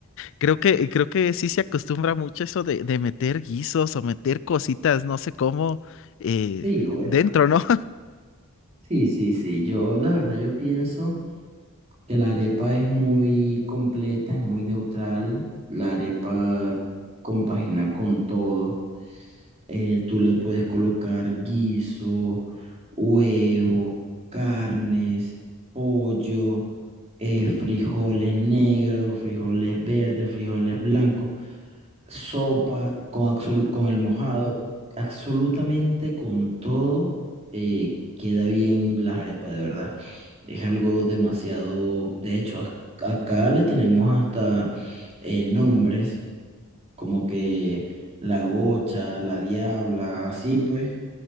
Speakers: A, on the left; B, on the right.
A: creo que, creo que sí se acostumbra mucho eso de, de meter guisos o meter cositas, no sé cómo, eh,
B: sí, bueno,
A: dentro, ¿no?
B: sí, sí, sí, yo la verdad yo pienso que la arepa es muy completa, es muy neutral, la arepa compagina con todo eh, tú le puedes colocar guiso, huevo, carnes, pollo, eh, frijoles negros, frijoles verdes, frijoles blancos, sopa con, absol- con el mojado, absolutamente con todo, eh, queda bien las arepas, de verdad. Es algo demasiado, de hecho, ac- acá le tenemos hasta eh, nombres como que la Gocha, la Diabla, así pues,